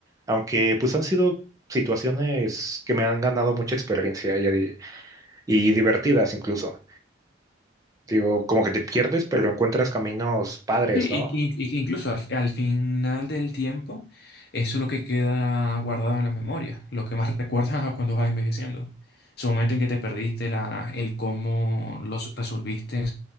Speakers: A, on the right (about 20°); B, on the left (about 55°).
A: aunque pues han sido situaciones que me han ganado mucha experiencia y, di- y divertidas incluso. Digo, como que te pierdes, pero encuentras caminos padres,
B: Sí,
A: ¿no?
B: y, que y que incluso al, al final del tiempo, eso es lo que queda guardado en la memoria, lo que más <laughs> recuerdas cuando vas envejeciendo. Su momento en que te perdiste, la, el cómo los resolviste,